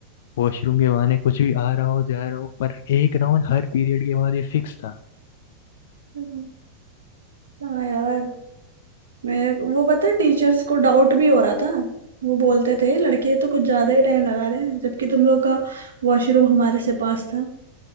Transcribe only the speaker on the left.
वॉशरूम के बहाने कुछ भी आ रहा हो जा रहा हो पर एक राउंड हर पीरियड के बाद ये फिक्स था